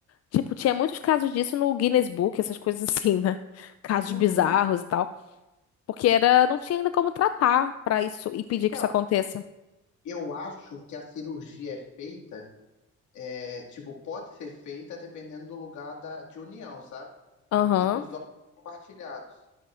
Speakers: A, on the left (about 55°); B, on the left (about 75°).
A: tipo tinha muitos casos disso no Guinness Book, essas coisas assim, né? <laughs> Casos
B: Uhum.
A: bizarros e tal, porque era não tinha ainda como tratar pra isso e pedir
B: Então,
A: que isso aconteça.
B: eu acho que a cirurgia é feita, é, tipo, pode ser feita dependendo do lugar da, de união, sabe?
A: Aham.
B: E dos órgãos compartilhados.